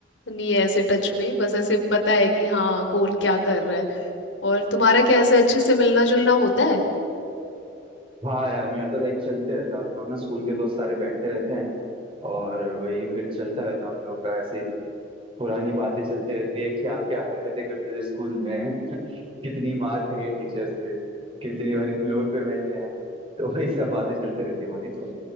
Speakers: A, on the left (about 85°); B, on the right (about 30°).
A: नहीं है ऐसे टच में बस ऐसे पता है कि हाँ कौन क्या कर रहा है और तुम्हारा क्या ऐसे अच्छे से मिलना जुलना होता है
B: हाँ यार मेरा तो लाइक चलते रहता हम लोग ना स्कूल के दोस्त सारे बैठते रहते हैं और वही फिर चलता रहता हम लोग का ऐसे पुरानी बातें चलते रहती है क्या क्या हरकतें करते थे स्कूल में <laughs> कितनी मार खाई है टीचर से कितनी बारी फ्लोर पे बैठे हैं तो वही सब बातें चलते रहती है हमारी तो